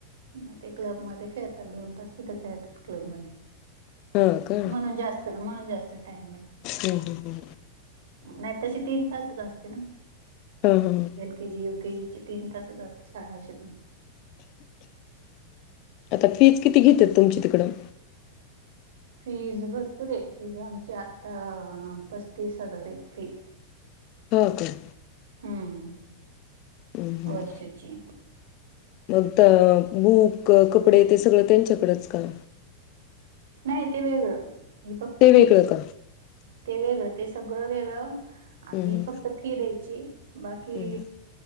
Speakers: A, on the right; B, on the left.
A: मग ते क्लबमध्ये खेळतात, दोन तास तिथं खेळतात क्लब मध्ये.
B: हा का
A: म्हणून जास्त, म्हणून जास्त टाईम
B: हो, हो, हो
A: नाही तशी तीन तासच असते ना.
B: हां हां हां
A: के जी यु केजीची तीन तास असते, शाळा अशी पण
B: आता फीज किती घेत तुमची तिकडं?
A: फीज भरपूर आहे, फीज आमची आत्ता पस्तीस हजार आहे फी.
B: हो काय.
A: हम्म,
B: हम्म हम्म
A: वर्षाचे
B: मग, बुक कपडे ते सगळं त्यांच्याकडेच का?
A: नाही ते वेगळं, हे फक्त
B: ते वेगळं
A: फी.
B: का?
A: ते वेगळं, ते सगळं वेगळं आधी
B: हं हं
A: फक्त फी द्यायची बाकी,
B: हं